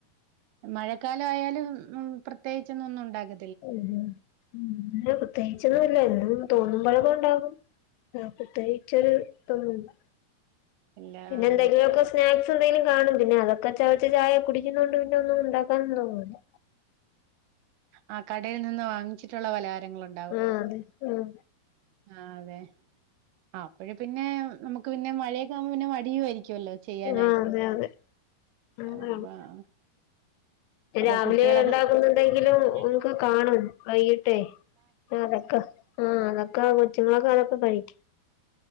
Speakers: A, on the right; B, on the left.
A: മഴക്കാലവായാലും ഉം പ്രത്യേകിച്ചൊന്നും ഒന്നും ഒണ്ടാക്ക
B: ഉം ഉം ഇല്ലാ പ്രത്യേകിച്ചൊന്നുല്ലാ തോന്നുമ്പഴൊക്കെ ഒണ്ടാക്കും ആഹ് പ്രത്യേകിച്ചൊരു ഇതൊന്നുല്ലാ
A: ഇല്ല
B: പിന്നെ
A: അതെ
B: എന്തെങ്കിലൊക്കെ സ സ്നാക്സ് എന്തങ്കിലും കാണും പിന്നെ അതൊക്കെ ചവച്ച് ചായ കുടിക്കുന്നോണ്ട് പിന്നെ ഒന്നും ഒണ്ടാക്കാനും തോന്നൂല്ലാ
A: ആഹ് കടയി നിന്ന് വാങ്ങിച്ചിട്ടുള്ള പലഹാരങ്ങളൊക്
B: ആഹ് അതെ ആഹ്
A: ആഹ് അതെ ആഹ് അപ്പഴ് പിന്നെ നമ്മക്ക് പിന്നെ മഴയൊക്കെ ആകുമ്പോ പിന്നെ മടിയും ആയിരിക്കുവല്ലോ ചെയ്യാനായിട്ട്
B: ആഹ് അതെ അതെ
A: <unintelligible>
B: അതാണ്
A: അപ്പൊ
B: രാവിലെ
A: കുട്ടികളൊക്കെ
B: ഒണ്ടാക്കുന്നുണ്ടെങ്കിലും
A: സ്കൂള് വിട്ട് വരുന്ന സമയങ്ങളില്
B: നമ്മക്ക് കാണും വൈയ്യിട്ടെ അതൊക്കെ ആഹ് അതൊക്കെ <unintelligible> കൊച്ചുങ്ങളൊക്കെ അതൊക്കെ കഴിക്കും